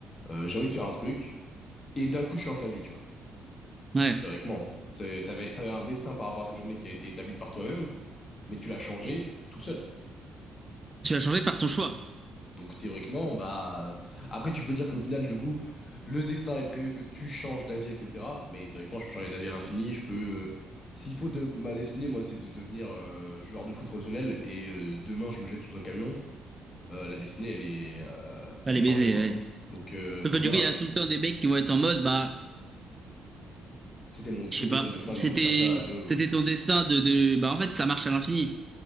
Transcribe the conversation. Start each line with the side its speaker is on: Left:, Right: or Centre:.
Left: euh, j'ai envie de faire un truc, et d'un coup, tu changes d'avis, tu vois.
Right: Ouais.
Left: Théoriquement. C'est- T'avais, t'avais un destin par rapport à cette journée qui a été établi par toi-même, mais tu l'as changé
Right: Et
Left: tout seul.
Right: tu vas changer par ton choix.
Left: Donc théoriquement, bah euh, après tu peux dire qu'au final du coup le destin est prévu que tu changes d'avis etc. Mais théoriquement je peux changer d'avis à l'infini, je peux euh, s'il faut de ma destinée moi c'est de devenir euh, joueur de foot professionnel et euh, demain je me jette sous un camion, euh, la destinée elle est euh,
Right: Allez
Left: elle est
Right: les
Left: changée
Right: baisers,
Left: quoi.
Right: ouais.
Left: Donc euh,
Right: Sauf
Left: donc
Right: que du
Left: voilà
Right: coup, il y a tout le temps des mecs qui vont être en mode Bah,
Left: c'était mon c'était
Right: je sais pas,
Left: ton destin
Right: c'était
Left: du coup de faire ça à deux.
Right: c'était ton destin de, de. Bah, en fait, ça marche à l'infini